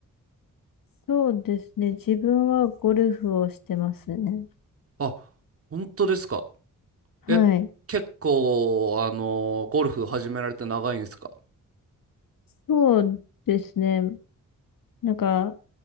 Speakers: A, on the left; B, on the right.
A: そうですね。自分はゴルフをしてますね。
B: あ、本当ですか。
A: はい。
B: え、結構あのゴルフ始められて長いんですか
A: そうですね。なんか、